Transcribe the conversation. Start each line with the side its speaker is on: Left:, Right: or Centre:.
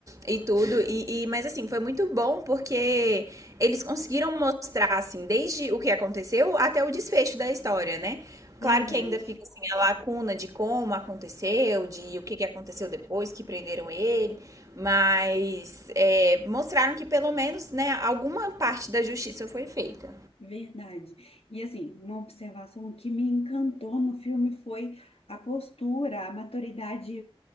Right: e tudo. E, e, mas assim, foi muito bom porque eles conseguiram mostrar, assim, desde o que aconteceu até o desfecho da história, né?
Left: verdade.
Right: Claro que ainda fica assim a lacuna de como aconteceu, de o que, que aconteceu depois que prenderam ele mas é, mostraram que pelo menos né, alguma parte da justiça foi feita.
Left: Verdade. E assim, uma observação que me encantou no filme foi a postura, a maturidade